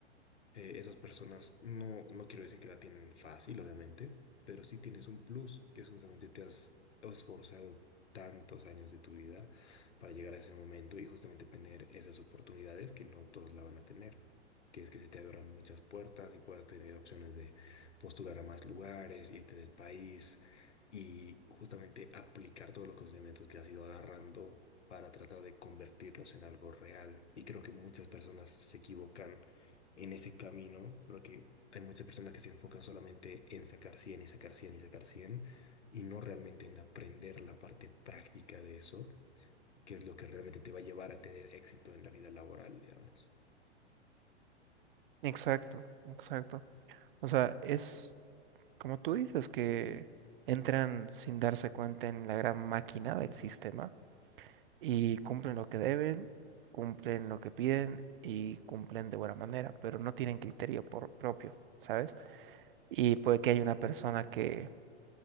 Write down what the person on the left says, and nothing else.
eh, esas personas no, no quiero decir que la tienen fácil, obviamente, pero sí tienes un plus, que es justamente te has esforzado tantos años de tu vida para llegar a ese momento y justamente tener esas oportunidades que no todos la van a tener. que es que se te abran muchas puertas y puedas tener opciones de postular a más lugares, irte del país y justamente aplicar todos los conocimientos que has ido agarrando para tratar de convertirlos en algo real. Y creo que muchas personas se equivocan en ese camino, porque hay muchas personas que se enfocan solamente en sacar 100 y sacar 100 y sacar 100 y no realmente en aprender la parte práctica de eso, que es lo que realmente te va a llevar a tener éxito en la vida laboral, digamos.